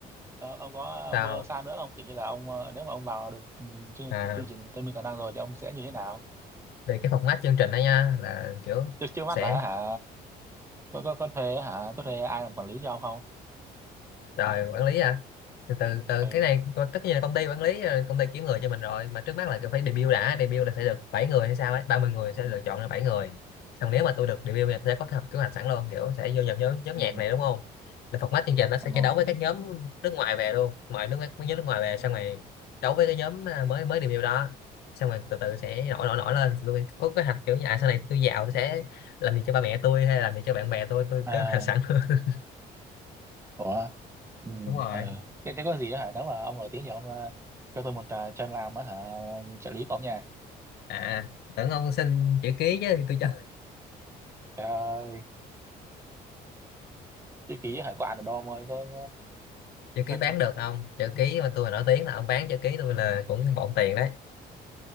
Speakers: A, on the right; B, on the left.
A: ờ, ờ, ông có
B: sao
A: mơ xa nữa không kiểu như là ông ờ, nếu mà ông vào được ừ, chương
B: à
A: chương trình Tây Minh Tài Năng rồi thì ông sẽ như thế nào
B: về cái format chương trình đó nha là kiểu
A: trước trước mắt
B: sẽ
A: là hả có có có thuê hả có thuê ai làm quản lý cho ông không
B: rồi quản lý à từ từ từ
A: ừ
B: cái này co- tất nhiên là công ty quản lý rồi, công ty kiếm người cho mình rồi mà trước mắt là cứ phải debut đã debut là phải được 7 người hay sao ấy 30 người sẽ lựa chọn ra 7 người xong nếu mà tôi được debut thì tôi sẽ có kế hoạch kế hoạch sẵn luôn kiểu sẽ vô nhập nhóm nhóm
A: ừ
B: nhạc này đúng không là format chương trình nó sẽ
A: ông
B: chiến
A: Ngô
B: đấu với các nhóm nước ngoài về luôn ngoài nước mấy nhóm nước ngoài về xong rồi đấu với cái nhóm à, mới mới debut đó xong rồi từ từ sẽ nổi nổi nổi lên thì tôi có kế hoạch kiểu như à sau này tôi giàu tôi sẽ làm gì cho ba mẹ tôi hay làm gì cho bạn bè tôi tôi
A: à
B: kế hoạch sẵn luôn <laughs>
A: ủa ừ
B: đúng rồi
A: ờ thế, thế có gì đó hả nếu mà ông nổi tiếng thì ông ờ, cho tôi một uh, chân làm á hả trợ lý của ông nha
B: à tưởng ông xin chữ ký chứ tôi cho
A: trời ơi cái ký hả có ăn được đâu ông ơi có,
B: chữ ký
A: có...
B: bán
A: <laughs>
B: được không chữ ký mà tôi mà nổi tiếng là ông bán chữ ký tôi là cũng bộn tiền đấy